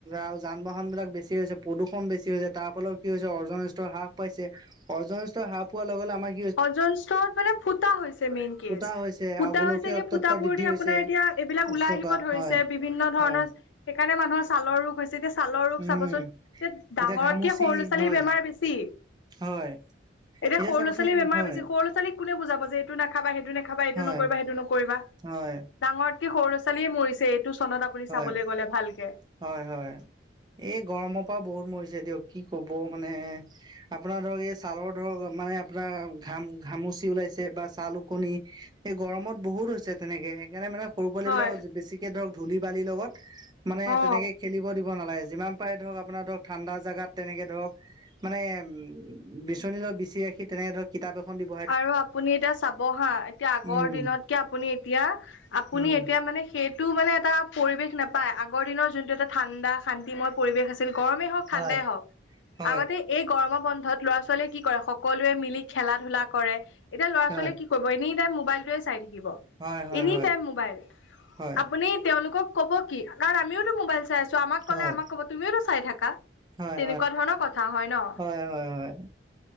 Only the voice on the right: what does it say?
আৰু যান বাহন বিলাক বেছি হৈছে। প্ৰদূষণ বেছি হৈছে, তাৰ ফলত কি হৈছে অৰ্জন ষ্টৰ হ্ৰাস পাইছে, অৰ্জন ষ্টৰ হ্ৰাস পোৱাৰ লগে লগে আমাক
ফুটা হৈছে
আৰু গোলকীয়
উত্তপ্তা
বৃদ্ধি
হৈছে
উষ্ণতা
হয়
হয়
উম
এতিয়া
ঘামুচি
হয়
হয়
চাবচোন
হয়
হয়
হয়
হয়
হয় হয় এই গৰমৰ পৰা বহুত মৰিছে দিয়ক, কি কব মানে। আপোনাৰ ধৰক এই ছালৰ ধৰক, মানে আপোনাৰ ঘাম ঘামুচি ওলাইছে বা ছাল ওকনি। এই গৰমত বহুত হৈছে তেনেকে সেইকাৰণে মানে সৰু পোৱালিববিলাক
বেছিকে ধৰক ধূলি-বালিৰ লগত মানে
তেনেকে খেলিব দিব দিব নালাগে যিমান পাৰে ধৰক আপোনাৰ ধৰক ঠাণ্ডা জাগাত তেনেকে ধৰক মানে উম, বিচনীৰ লগত বিচি ৰাখি তেনেকে ধৰক কিতাপ এখন দিব
উম
উম
হয়
হয়
হয়
হয় হয়
হয়
হয়
হয়
হয়
হয়, হয়, হয়।